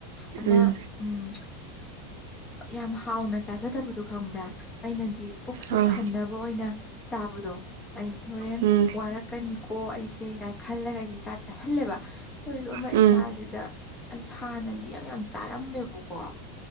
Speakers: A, on the left (about 20°); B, on the right (about 80°).
A: ꯑꯃ
B: ꯎꯝ
A: ꯎꯝ ꯌꯥꯝ ꯍꯥꯎꯅ ꯆꯥꯖꯗꯕꯗꯨꯣ ꯈꯪꯕ꯭ꯔꯥ ꯑꯩꯅꯗꯤ ꯄꯨꯛꯁꯦ
B: ꯑꯥ
A: ꯊꯟꯅꯕ ꯑꯣꯏꯅ ꯆꯥꯕꯗꯣ ꯑꯩ ꯍꯣꯔꯦꯟ
B: ꯎꯝ
A: ꯋꯥꯔꯛꯀꯅꯤ ꯀꯣ ꯑꯩꯁꯦ ꯀꯥꯏꯅ ꯈꯜꯂꯒ ꯑꯩꯁꯦ ꯏ ꯆꯥꯗꯤꯦ ꯆꯥꯁꯜꯂꯦꯕ ꯑꯗꯨꯏꯁꯨ ꯑꯃ
B: ꯎꯝ
A: ꯏꯁꯥꯁꯤꯗ ꯑꯩꯁꯦ ꯍꯥꯟꯅꯗꯤ ꯌꯥꯝ ꯌꯥꯝ ꯆꯥꯔꯝꯃꯦꯕꯀꯣ